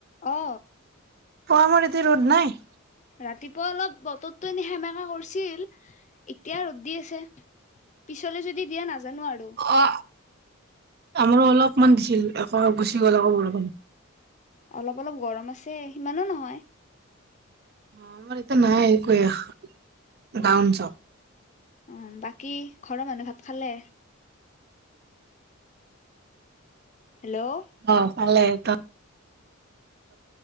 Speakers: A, on the left (about 35°); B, on the right (about 50°).
A: অ
B: অ আমাৰ এতিয়া ৰ'ড নাই
A: ৰাতিপুৱা অলপ বতৰতটো এনে সেমেকাা কৰিছিল এতিয়া ৰ' দি আছে পিছলে যদি দিয়া নাযান জানোৱাৰাৰু
B: অ আমাৰো অলপমান দিছিল একো গুচি গ'ল আকৌ বৰষুণ
A: অলপ অলপ গৰম আছে সিমানো নহয়
B: অ আমাৰ এতিয়া নাই গন চ
A: উ বাকী ঘৰৰ মানুহে ভাত খালে হেল্ল'
B: অ ভালে ত